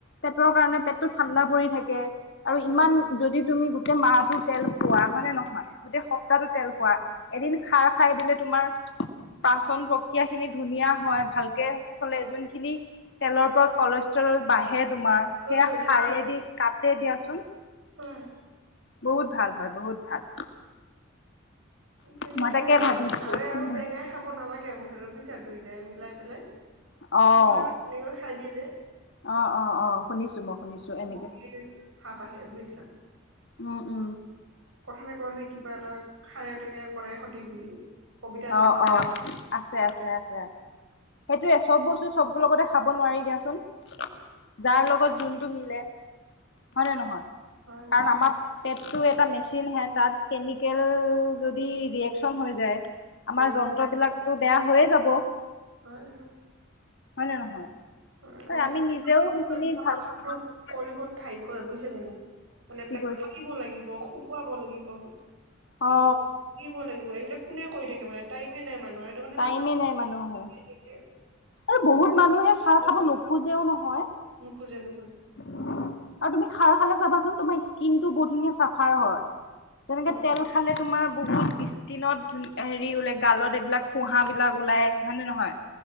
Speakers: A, on the left; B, on the right.
A: পেটৰ কাৰণে পেটটো ঠাণ্ডা পৰি থাকে আৰু
B: উম।
A: ইমান যদি তুমি গোটেই মাহটোত তেল খোৱা হয় নে নহয় গোটেই সপ্তাহটো তেল খোৱা এদিন খাৰ খাই দিলে তোমাৰ পাচন প্ৰক্ৰিয়া খিনি ধুনীয়া হয় ভালকে চলে যোনখিনি তেলৰ পৰা বাঢ়ে তোমাৰ
B: উম
A: সেয়া খাৰেদি কাটে দিয়াচোন।
B: হয়।
A: বহুত ভাল হয় বহুত ভাল
B: কিন্তু
A: মই তাকে
B: সেয়া
A: ভাবিছো
B: খাৰে
A: উম
B: আৰু টেঙাই খাব নালাগে মুঠতে বু দুয়োটাই মিলাই পেলাই
A: অ'।
B: কিছুমানে আকৌ তেনেকৈ খাই দিয়ে যে।
A: অ অ অ শুনিছোঁ মই শুনিছোঁ এনেকে।
B: বমিৰ ভাপ আহে বুইছ?
A: উম, উম,
B: কথা ন <unintelligible> কবি কিবা এটা খাৰে টেঙে কৰে সতি বুলি কবিতা এটাত
A: অ-অ
B: আছে
A: <unintelligible> আছে-আছে-আছে। <inaudible> সেইটোৱেই চব বস্তু চব লগতে খাব নোৱাৰি দিয়াচোন।
B: উম।
A: যাৰ লগত যোনটো মিলে হয় নে নহয়?
B: হয়
A: কাৰণ আমাৰ পেটটো এটা মেচিন হে তাত কেমিকেল যদি ৰিয়েকচন হৈ যায় আমাৰ
B: উম
A: যন্ত্ৰবিলাকতো বেয়া হৈয়ে যাব।
B: হয় হয়।
A: হয় নে নহয়?
B: হয়
A: ত
B: আজিকালি
A: আমি নিজেও
B: মানুহবোৰে
A: সেইখিনি
B: কলাটো
A: ভাল <unintelligible>
B: <unintelligible> কাটিব
A: কি কৈছে
B: লাগিব শুকুৱাব লাগিব। আকৌ
A: অ
B: লাগিব এইবিলাক কোনে কৰি থাকে মানে টাইমে নাই মানে। এইটো কাৰণে মানে
A: টাইমে নাই মানুহৰ
B: <unintelligible>
A: আৰু বহুত মানুহে খাৰ
B: দিব
A: খাব
B: দিয়ে।
A: নোখোজেও নহয়।
B: নুখোজে নো।
A: আৰু তুমি খাৰ খালে চাবাচোন তোমাৰ স্কিন টো বহুত ধুনীয়া চাফাৰ হয়। তেনেকে
B: হয়
A: তেল খালে তোমাৰ বহুত স্কিনতন হেৰি ওল গালত এইবিলাক ফুহা বিলাক ওলাই হয়ে নে নহয়?